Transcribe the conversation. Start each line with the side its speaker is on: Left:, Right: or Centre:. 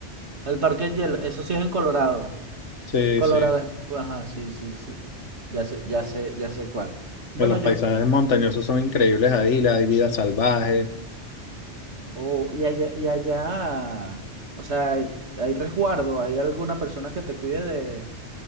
Right: El Parque Hielo, eso sí es en Colorado.
Left: Sí,
Right: Colorado
Left: sí.
Right: es- pues, Ajá, sí, sí, sí. Ya sé, ya sé, ya sé cuál. Bueno,
Left: Que Los
Right: yo,
Left: paisajes montañosos son increíbles ahí, la hay vida salvaje.
Right: oh, y allá, y allá, o sea, hay, hay resguardo, hay alguna persona que te cuide de,